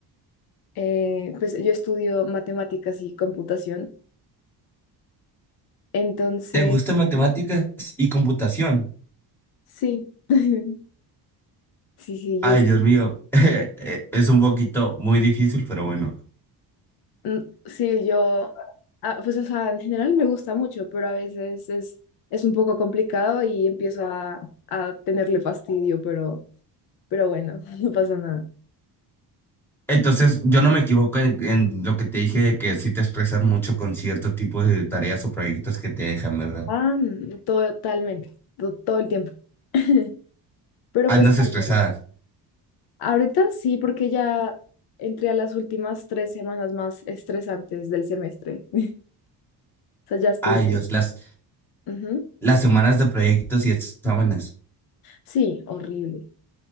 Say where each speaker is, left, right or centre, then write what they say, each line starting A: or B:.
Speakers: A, on the left (about 60°); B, in the centre.
A: Eh, pues yo estudio matemáticas y computación. Entonces,
B: ¿Te gustan matemáticas y computación?
A: sí, <laughs> sí, sí,
B: Ay,
A: yo, es-
B: Dios mío, <laughs> eh, eh, es un poquito muy difícil, pero bueno.
A: mm, sí, yo, ah, pues o sea, en general me gusta mucho, pero a veces es, es un poco complicado y empiezo a, a tenerle fastidio, pero, pero bueno, <laughs> no pasa nada.
B: Entonces, yo no me equivoco en, en lo que te dije de que sí te estresas mucho con cierto tipo de tareas o proyectos que te dejan, ¿verdad?
A: Ah, mm, totalmente, to- todo el tiempo. <laughs> Pero
B: Andas
A: pues también,
B: estresada.
A: ahorita sí, porque ya entré a las últimas tres semanas más estresantes del semestre. <laughs> O sea, ya estoy...
B: Ay, Dios, las,
A: Ujú.
B: las semanas de proyectos y exámenes.
A: Sí, horrible.